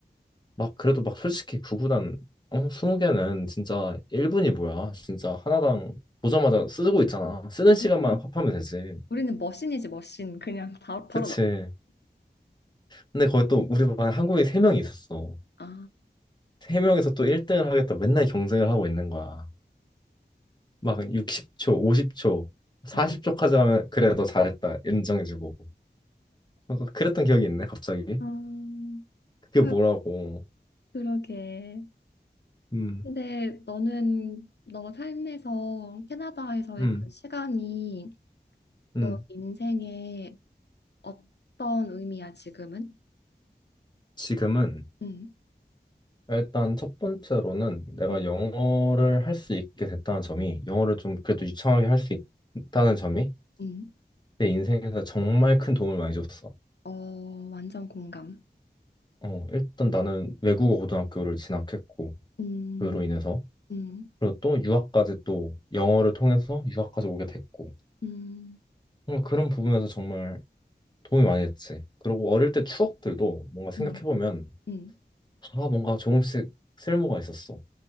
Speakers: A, on the left (about 25°); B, on the left (about 70°).
A: 막 그래도 막 솔직히 구구단 어 20개는 진짜 1분이 뭐야 진짜 하나당 보자마자 쓰고 있잖아 쓰는 시간만
B: 우리는,
A: 합하면 되지
B: 우리는 머신이지, 머신. 그냥 다, 바로
A: 그치
B: 나.
A: 근데 거기 또 우리 반에 한국인 3명이 있었어
B: 아,
A: 3명에서 또 1등을 하겠다 맨날 경쟁을 하고 있는 거야 막 60초 50초 40초까지
B: 어,
A: 하면 그래 너 잘했다 인정해주고 뭔가 그랬던 기억이 있네 갑자기
B: 아,
A: 그게
B: 그,
A: 뭐라고
B: 그러게.
A: 음
B: 근데 너는 너 삶에서 캐나다에서의
A: 음,
B: 그 시간이
A: 음.
B: 너 인생에 어떤 의미야, 지금은?
A: 지금은
B: 음,
A: 일단 첫 번째로는 내가
B: 음,
A: 영어를 할 수 있게 됐다는 점이 영어를 좀 그래도 유창하게 할 수 있다는 점이
B: 음.
A: 내 인생에서 정말 큰 도움을 많이 줬어.
B: 어, 완전 공감.
A: 어, 일단 나는 외국어 고등학교를 진학했고
B: 음,
A: 그로 인해서
B: 음,
A: 그리고 또 유학까지 또 영어를 통해서 유학까지 오게 됐고
B: 음,
A: 어, 그런 부분에서 정말 도움이 많이 됐지. 그리고 어릴 때 추억들도 뭔가 생각해보면
B: 음, 음,
A: 다 뭔가 조금씩 쓸모가 있었어.